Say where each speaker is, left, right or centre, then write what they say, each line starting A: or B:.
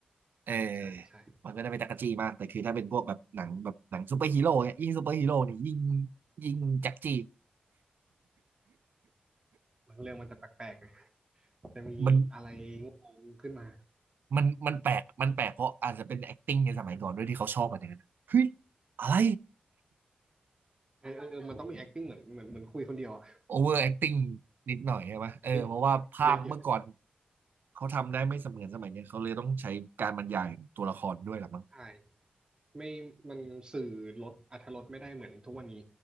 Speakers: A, on the right; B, on the right.
A: เออ
B: ใช่ใช่ใช่
A: มันก็จะเป็นจักรจี้มากแต่คือถ้าเป็นพวกแบบหนังแบบหนังซูเปอร์ฮีโร่เนี่ยยิ่งซูเปอร์ฮีโร่เนี่ยยิ่งยิ่งจักรจี้
B: บางเรื่องมันจะแปลกๆนะจะมีอะไรงงๆขึ้นมา
A: มันมันมันแปลกมันแปลกเพราะอาจจะเป็น acting ในสมัยก่อนด้วยที่เขาชอบกันอย่างนั้นเฮ้ยอะไร
B: เออเออเออมันต้องมี acting เหมือนเหมือนเหมือนคุยคนเดียวอะ
A: over acting นิดหน่อยใช่ไหมเออเพราะว่าภาพเมื่อก่อน
B: เยอะเยอะเยอะ
A: เขาทำได้ไม่เสมือนสมัยเนี้ยเขาเลยต้องใช้การบรรยายตัวละครด้วยหรอมั้ง
B: ใช่ไม่มันสื่อลดอรรถรสไม่ได้เหมือนทุกวันนี้